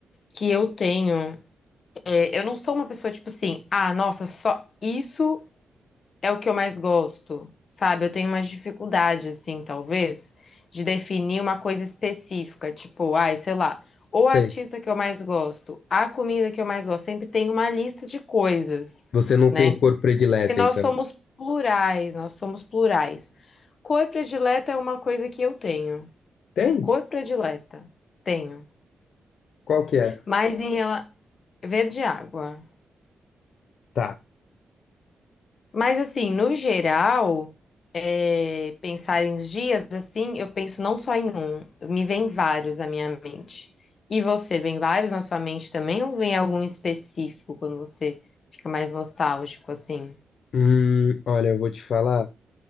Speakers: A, on the left (about 45°); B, on the left (about 65°).
A: que eu tenho. é, eu não sou uma pessoa tipo assim, ah, nossa, só isso é o que eu mais gosto, sabe? Eu tenho uma dificuldade, assim, talvez, de definir uma coisa específica, tipo, ai, sei lá, o artista
B: Sei.
A: que eu mais gosto, a comida que eu mais gosto, sempre tem uma lista de coisas,
B: Você não
A: né?
B: tem cor predileta,
A: Porque nós
B: então.
A: somos plurais, nós somos plurais. Cor predileta é uma coisa que eu tenho.
B: Tem?
A: Cor predileta, tenho.
B: Qual que é?
A: Mas em relação. Verde é água.
B: Tá.
A: Mas assim, no geral, é, pensar em dias assim, eu penso não só em um, me vem vários na minha mente. E você, vem vários na sua mente também, ou vem algum específico quando você fica mais nostálgico assim?
B: Hum, olha, eu vou te falar.